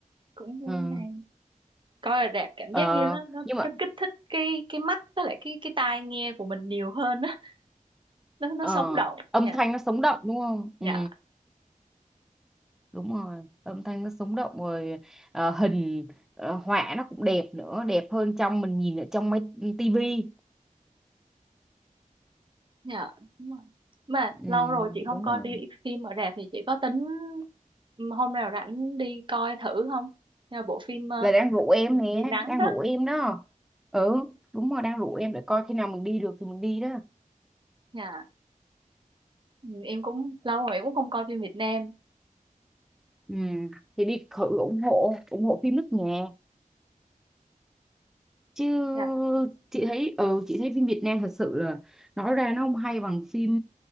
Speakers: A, on the right; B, in the centre.
A: cũng
B: ờ,
A: hay coi ở rạp cảm
B: ờ,
A: giác như nó nó
B: nhưng mà
A: nó kích thích cái cái mắt với lại cái cái tai nghe của mình nhiều hơn á nó nó
B: ờ,
A: sống động
B: âm
A: dạ
B: thanh nó sống động đúng không?
A: dạ
B: Ừ, đúng rồi. Âm thanh nó sống động rồi ờ, hình ờ, họa nó cũng đẹp nữa, đẹp hơn trong mình nhìn ở trong máy tivi.
A: Dạ, đúng rồi. Mà
B: Ừ,
A: lâu rồi chị không
B: đúng
A: coi
B: rồi.
A: đi phim ở rạp thì chị có tính ừ, hôm nào rảnh đi coi thử không? Nhà bộ phim ờ,
B: là đang rủ em
A: cái gì,
B: nè
A: gì nắng
B: đang
A: đó.
B: rủ em đó ừ đúng rồi đang rủ em để coi khi nào mình đi được thì mình đi đó
A: Dạ, ừ, em cũng lâu rồi em cũng không coi phim Việt Nam.
B: ừ thì đi thử ủng hộ ủng hộ phim nước nhà chứ
A: Dạ,
B: chị thấy ừ chị thấy phim Việt Nam thật sự là nói ra nó không hay bằng phim